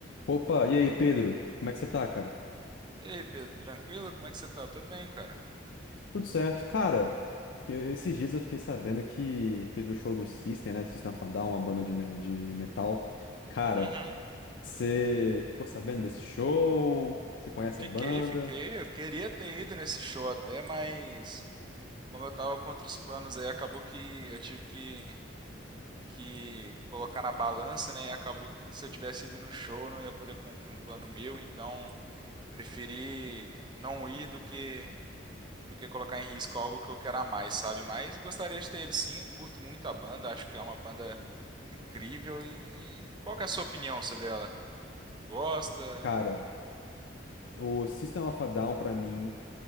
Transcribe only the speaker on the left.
Opa, e aí, Pedro? Como é que você tá, cara?
Tudo certo. Cara, fiquei- esses dias eu fiquei sabendo que teve o show do System, né? Do System of a Down, uma banda de, me- de metal. Cara,
você ficou sabendo desse show? Você conhece
a banda?
Cara, o System of a Down, pra mim,